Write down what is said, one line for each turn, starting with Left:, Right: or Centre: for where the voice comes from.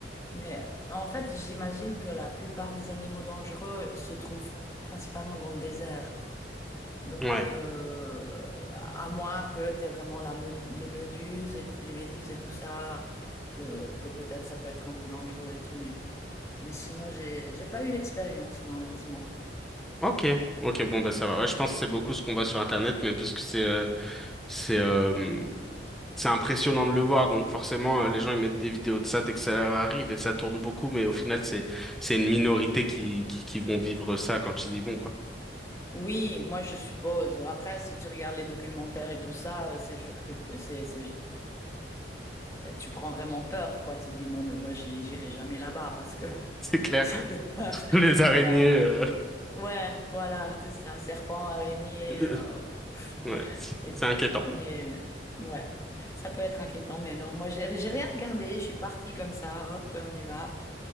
Left: Mais en fait, j'imagine que la plupart des animaux dangereux se trouvent principalement dans le désert. Donc,
Centre: Ouais.
Left: euh, à moins que tu aies vraiment la me- les méduses et, t- les méduses et tout ça, que, que peut-être ça peut être un peu dangereux et tout, mais, mais sinon, j'ai, j'ai pas eu l'expérience, non, heureusement.
Centre: Ok. Ok, bon, bah ça va. Ouais, je pense que c'est beaucoup ce qu'on voit sur Internet, mais parce que c'est euh, c'est euh, c'est impressionnant de le voir, donc forcément, euh, les gens ils mettent des vidéos de ça dès que ça leur arrive et ça tourne beaucoup, mais au final, c'est c'est une minorité qui, qui qui vont vivre ça quand ils y vont, quoi.
Left: Oui, moi je suppose. Après, si tu regardes les documentaires et tout ça, euh, c'est sûr que t- c'est, c'est- tu prends vraiment peur, quoi. Tu dis non, mais moi j'y- j'irai jamais là-bas parce que
Centre: C'est
Left: <laughs>
Centre: clair.
Left: ça
Centre: <laughs>
Left: fait peur.
Centre: Les araignées,
Left: Mais euh,
Centre: euh,
Left: ouais, voilà, c'est ça, serpent, araignée.
Centre: <laughs>
Left: euh, pff,
Centre: ouais, c'est
Left: et-
Centre: c'est inquiétant.
Left: mais ouais, ça peut être inquiétant, mais non, moi j'ai j'ai rien regardé. Je suis partie comme ça, hop, on y va.